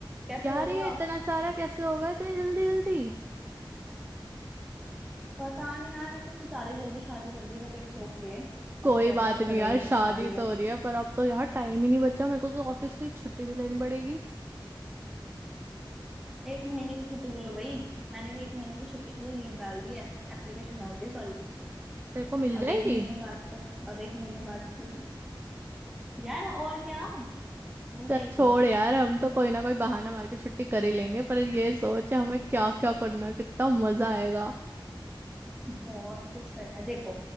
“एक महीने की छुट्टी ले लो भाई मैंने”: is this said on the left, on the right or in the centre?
Centre